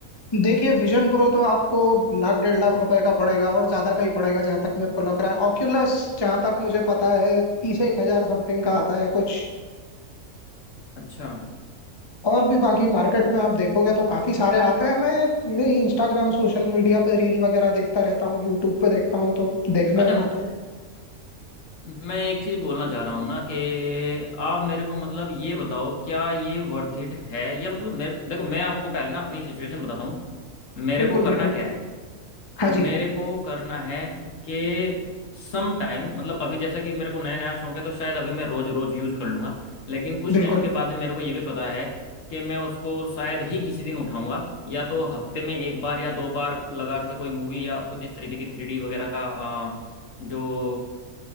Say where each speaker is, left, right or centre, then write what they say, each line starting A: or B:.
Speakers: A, on the left; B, on the left.
A: देखिए विजन प्रो तो आपको लाख डेढ़ लाख रुपए का पड़ेगा और ज्यादा का ही पड़ेगा जहां तक मेरे को लग रहा है ऑक्यूलस जहां तक मुझे पता है तीस एक हजार समथिंग का आता है कुछ
B: अच्छा
A: और भी बाकी मार्केट में आप देखोगे तो काफी सारे आते हैं मैं इंस्टाग्राम सोशल मीडिया पे रील वगैरह देखता रहता हूँ यूट्यूब पे देखता हूँ तो देखने
B: अच्छा
A: में आता है
B: मैं एक चीज बोलना चाह रहा हूँ ना कि आप मेरे को मतलब ये बताओ क्या ये वर्थ इट है या मतलब मेरे देखो मैं आपको पहले ना अपनी सिचुएशन बताता हूँ मेरे
A: बिल्कुल
B: को
A: बिल्कुल
B: करना क्या है
A: हाँ जी
B: मेरे को करना है कि सम टाइम मतलब अभी जैसा कि मेरे को नया नया शौक है तो शायद अभी मैं रोज रोज यूज कर लूंगा लेकिन कुछ
A: बिल्कुल
B: टाइम के बाद में मेरे को ये भी पता है कि मैं उसको शायद ही किसी दिन उठाऊंगा या तो हफ्ते में एक बार या दो बार लगा के कोई मूवी या कुछ इस तरीके की थ्री डी वगैरह का अ, जो